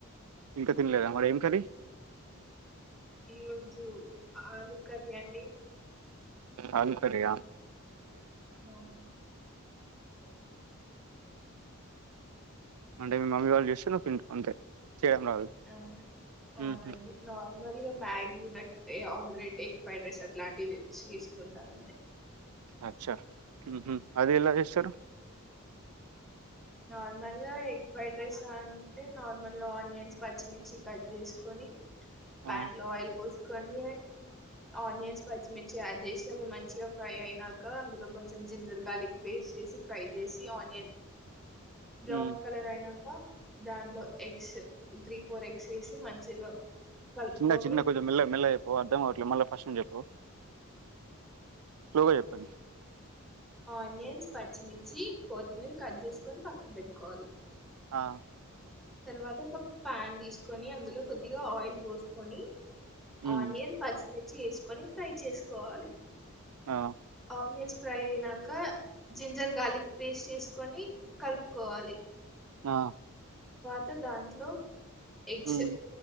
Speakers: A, on the right; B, in the centre.
A: ఇంకా తినలేదా మరి ఏం కర్రి
B: ఈ రోజు ఆలూ కర్రీ అండి
A: ఆలు కర్రి యా
B: అ
A: అంటే మీ మమ్మీ వాళ్ళు చేస్తే నువ్వు తింటవ్ అంతే చేయడం రాదు
B: అ అవునండి
A: ఉహు,
B: నార్మల్గా మ్యాగీ ఏ ఆమ్లెట్ ఎగ్ ఫ్రైడ్ రైస్ అట్లాంటివి తీసుకుంటాను అంతే
A: అచ్చా హ్ అది ఎలా చేస్తారు
B: నార్మల్ గా ఎగ్ ఫ్రైడ్ రైస్ అంటే నార్మల్గా ఆనియన్స్ పచ్చిమిర్చి కట్ చేసుకొని ప్యాన్
A: ఆ
B: లో ఆయిల్ పోసుకొని ఆనియన్స్ పచ్చిమిర్చి యాడ్ చేసి అవి మంచిగా ఫ్రై అయినాక అందులో కొంచెం జింజర్ గార్లిక్ పేస్ట్ వేసి ఫ్రై చేసి వేసి అనియన్ బ్రౌన్
A: ఉమ్.
B: కలర్ అయినాక దాంట్లో ఎగ్స్ త్రీ ఫోర్ ఎగ్స్ వేసి మంచిగా కలుపుకొని
A: చిన్న చిన్న గా కొంచెం మెల మెల్ల గా చెప్పవ అర్ధం కావట్లా ఇట్లే మల్లా ఫస్ట్ నుంచి చెప్పు. స్లోగా చెప్పండి
B: ఆనియన్స్ ప పచ్చిమిర్చి, కొత్తిమీర కట్ చేసుకొని పక్కకు పెట్టుకోవాలి.
A: ఆ
B: తర్వాత ఒక పాన్ తీసుకొని అందులో కొద్దిగా ఆయిల్ పోసుకొని
A: ఉమ్
B: ఆనియన్స్ పచ్చిమిర్చి వేసుకొని ఫ్రై చేసుకోవాలి.
A: ఆ
B: ఆనియన్స్ ఫ్రై అయినాక జింజర్ గార్లిక్ పేస్ట్ వేసుకొని కలుపుకోవాలి.
A: ఆ
B: ఇక దాంట్లో ఎగ్స్
A: ఉమ్